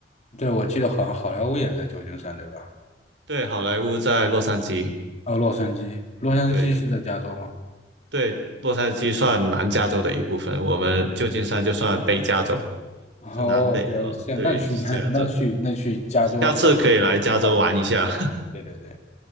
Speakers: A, on the left (about 40°); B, on the right (about 85°).
A: 对，我记得好像好莱坞也在旧金山，对吧？
B: 对，好莱坞在洛杉矶。
A: 哦，洛杉矶，洛杉矶是在加州吗？
B: 对，对，洛杉矶算南加州的一部分，我们旧金山就算北加州，
A: 哦，
B: 就南北啊、
A: 我觉得这样，
B: 哦对，
A: 那去
B: 是这样子，
A: <laughs> 那去那去加州和玩儿
B: 下次可以来加州玩一下。
A: 挺好的。
B: <laughs>
A: 对对对。